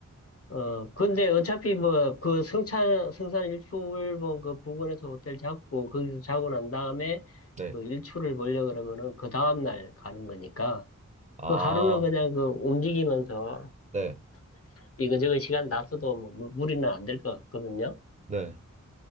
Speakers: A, on the left; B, on the right.
A: 어, 근데 어차피 뭐, 그 성찬, 성산 일출봉 그 부근에서 호텔 잡고, 거기서 자고 난 다음에
B: 네.
A: 그 일출을 보려 그러면은 그 다음날 가는 거니까,
B: 아,
A: 그 하루는 그냥 그 움직이면서
B: 네.
A: 이거저거 시간 다 써도 뭐 무- 무리는 안 될 것 같거든요.
B: 네.